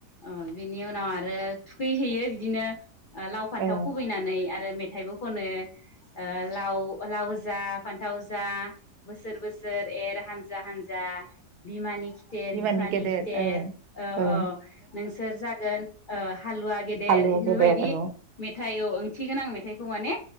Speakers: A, on the left; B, on the right.
A: अ बिनि उनाव आरो थुखैहैयो। बिदिनो लाव फान्थाव
B: ओ
A: खुबैनानै आरो मेथाइबो खनो। ओ लाव लाव जा फान्थाव जा बोसोर बोसोर एर हानजा हानजा बिमानि खि खिथेर
B: बिमानि
A: बिफानि
B: गेदेर
A: खिथेर
B: ओ
A: औ
B: ओ
A: औ नोंसोर जागोन ओ हालुवा <unintelligible> इफोर बायदि
B: हालुवा गेदेर औ
A: मेथाइ औ ओंथिगोनां मेथाइखौ माने